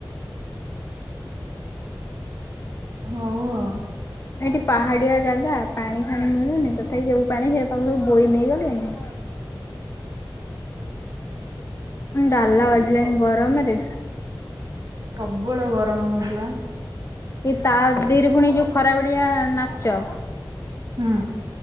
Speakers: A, on the right; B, on the left.
A: ହଉ ଆଉ।
B: ଏଠି ପାହାଡିଆ ଜାଗା, ପାଣି ଫାଣି ମିଳୁନି ତଥାପି ଯୋଉ ପାଣି ସେ ପାଣି ସବୁ ବୋଇ ନେଇ ଗଲେଣି ଡାଲା ବାଜିଲାଇଁ ଗରମରେ
A: ପ୍ରବଳ ଗରମ ହଉଛି ବା।
B: ଏ ତା ଧିଏରେ ପୁଣି ଯୋଉ ଖରା ବେଳିଆ ନାଚ
A: ହୁଁ